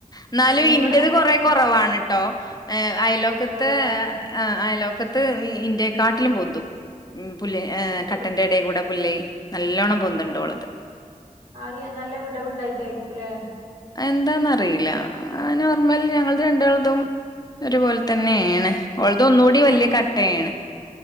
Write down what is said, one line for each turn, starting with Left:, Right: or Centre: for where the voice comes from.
Left: എന്നാലും
Right: ആ ഇവിടെ
Left: എന്റത്
Right: മുറ്റത്തൊക്കെ
Left: കൊറേ കോറവാണ് ട്ടോ അയലുവക്കത്ത്
Right: കുറവാല്ലേ
Left: - ആഹ് അയലുവക്കത്ത് ഇന്റെക്കാട്ടിലും പൊന്തും ഉം പുല്ല്
Right: അത് ശരി
Left: കട്ടന്റെ എടെക്കുടെ പുല്ലേ നല്ലോണ്ണം പൊന്തുണ്ട്‌
Right: ആ
Left: ഓളത്
Right: ആകെ നല്ല വിടവുണ്ടായിട്ടായിരിക്കുംല്ലെ
Left: എന്താന്നറിയില്ല നോർമൽ ഞങ്ങൾ രണ്ടാളത്തും ഒരുപോലെ- തന്നെയാണ് ഓളത് ഒന്നുകൂടി വലിയ
Right: ഏ
Left: കട്ടയാണ്